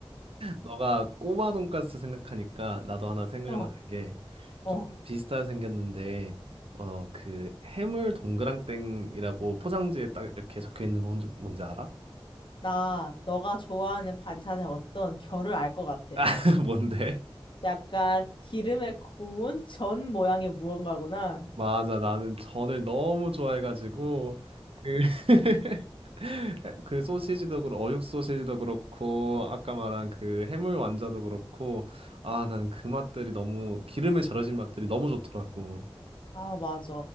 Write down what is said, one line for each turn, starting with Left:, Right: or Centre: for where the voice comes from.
Right: 너가 꼬마 돈까스 생각하니까 나도 하나 생각나는
Left: 어,
Right: 게 조금
Left: 어.
Right: 비슷하게 생겼는데 어 그 해물 동그랑땡이라고 포장지에 딱 이렇게 적혀 있는 건 뭔지, 뭔지 알아?
Left: 나 너가 좋아하는 반찬의 어떤 결을 알 것 같아.
Right: <laughs> 아, 뭔데?
Left: 약간 기름에 구운 전 모양의 무언가구나.
Right: 맞아 나는 전을 너무 좋아해가지고 그 <laughs> 그 소시지도 그렇고 어육 소시지도 그렇고 아까 말한 그 해물 완자도 그렇고 아 난 그 맛들이 너무 기름에 절여진 맛들이 너무 좋더라고
Left: 아, 맞아.